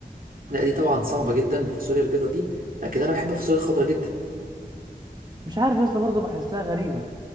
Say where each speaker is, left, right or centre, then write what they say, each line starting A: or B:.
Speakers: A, on the right; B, on the right.
A: لا دي طبعا صعبه
B: يعني
A: جدا الفاصوليا البيضه دي لكن انا بحب الفاصوليا الخضراء جدا
B: مش عارف يا اسطى برضه بحسها غريبة